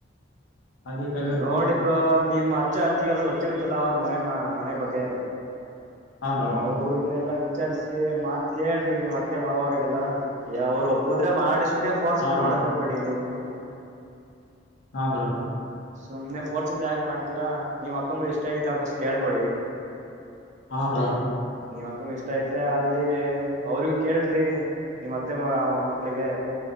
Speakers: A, on the left (about 70°); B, on the right (about 40°).
A: ಅದಕ್ಕೆಗಿ
B: ನೋಡಿ ಬ್ರೋ ನಿಮ್ಮ್ ಅಜ್ಜ ಅಜ್ಜಿಗೆಲ್ಲ ಗೊತ್ತಿರುತ್ತಲ್ಲ ಅವ್ರ ಮನೆ ಮನೆ ಬಗ್ಗೆ
A: ಹಾ ಬ್ರೋ
B: ಅವ್ರನ್ನ ಎಲ್ಲಾ ವಿಚಾರಸಿ ಮಾತ್ ಕೇಳ್ರಿ ನೀವ್ ಮತ್ತೆ ಮಾವವ್ರರಿಗೆಲ್ಲಾ ಯಾಅವರು ಒಪ್ಪುದ್ರೆ ಮಾಡಿ ಸುಮ್ನೆ ಫೋರ್ಸ್
A: ಹಾ
B: ಇಂದ
A: ಬ್ರೋ
B: ಮಾಡಕ್ ಹೋಗ್ಬೇಡಿ ನೀವುನು
A: ಹಾ ಬ್ರೋ
B: ಸುಮ್ನೆ ಫೋರ್ಸ್ ಇಂದ ಯಾಕ್ ಮಾಡತತಿರಾ ನಿಮ್ಮಕ್ಕನಗ್ ಇಷ್ಟ ಐತ ಪಫಸ್ಟ್ ಕೇಳ್ಕೊಳ್ಳಿ
A: ಹ ಬ್ರೋ
B: ನೀ್ ಅಕ್ಕಂಗ ಇಷ್ಟ ಇದ್ರೆ ಅಲ್ಲಿ ಅವ್ರಿಗೂ ಕೇಳ್ರಿ ನಿಮ್ಮಅತ್ತೆ ಮಕ್ಕಳಿಗೆ